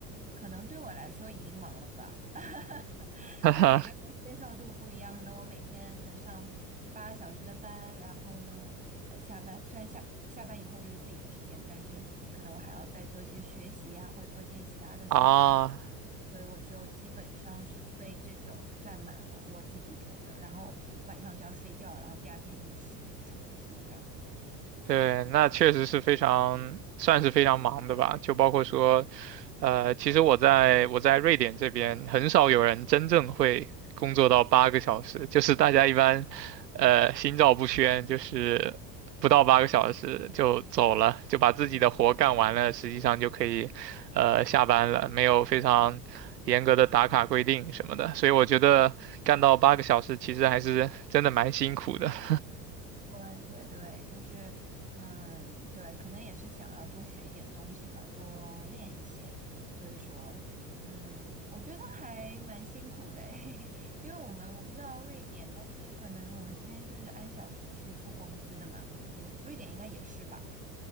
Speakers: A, on the right; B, on the right.
A: 可能对我来说已经忙了吧，<laughs>
B: <laughs>
A: 就每个人接受度不一样，可能我每天可能上八个小时的班，然后呢，呃，下班虽然下下班以后就是自己的时间，但是可能我还要再做一些学习啊，或者做一些其他的事情。
B: 啊，
A: 所以我就基本上是被这种占满了，我自己觉得，然后晚上就要睡觉，然后第二天又是重复这样子。
B: 对，
A: 嗯，
B: 那确实是非常，算是非常忙的吧。就包括说，呃，其实我在我在瑞典这边，很少有人真正会工作到八个小时，就是大家一般，呃，心照不宣，就是不到八个小时就走了，就把自己的活干完了，实际上就可以，呃，下班了，没有非常严格的打卡规定什么的。所以我觉得干到八个小时，其实还是真的蛮辛苦的。<laughs>
A: 对对对，就是，嗯，对，可能也是想要多学一点东西吧，多练一些，所以说，嗯，我觉得还蛮辛苦的诶，<laughs> 因为我们我不知道瑞典，但是可能我们这边就是按小时去付工资的嘛，你们瑞典应该也是吧？